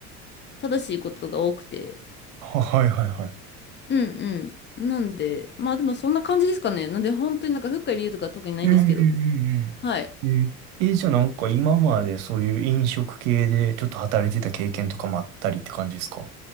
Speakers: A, on the left (about 25°); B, on the right (about 65°).
A: 正しいことが多くて、
B: は、はいはいはい。
A: うんうん。なんで、まあでもそんな感じですかね。なんで本当になんか深い理由とか特にないんですけど、
B: うんうん
A: はい。
B: うんうん。えー、えじゃあなんか今までそういう飲食系でちょっと働いてた経験とかもあったりって感じですか